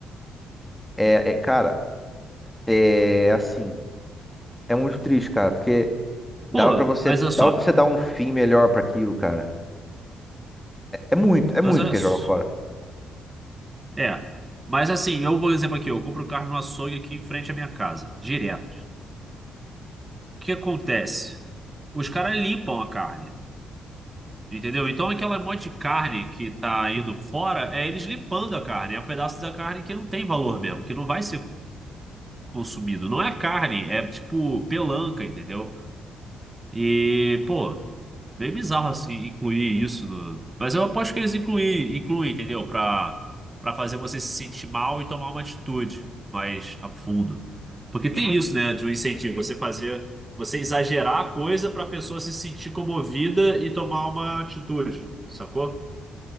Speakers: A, in the centre; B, on the right.
A: é, é, cara, é assim. É muito triste, cara, porque dava
B: Pô,
A: pra você,
B: mas olha só.
A: dava para você dar um fim melhor pra aquilo, cara. É muito, é muito
B: Mas olha
A: que
B: só.
A: joga fora.
B: É. Mas assim, eu, por exemplo, aqui, eu compro carne no açougue aqui em frente à minha casa, direto. O que acontece? Os caras limpam a carne. Entendeu? Então, aquela monte de carne que tá indo fora, é eles limpando a carne. É um pedaço da carne que não tem valor mesmo, que não vai ser consumido. Não é carne, é tipo pelanca, entendeu? E, pô, bem bizarro assim incluir isso. no- Mas eu aposto que eles incluem, incluem, entendeu? Pra, pra fazer você se sentir mal e tomar uma atitude mais a fundo. Porque tem isso, né, de um incentivo, você fazer, você exagerar a coisa pra pessoa se sentir comovida e tomar uma atitude, sacou?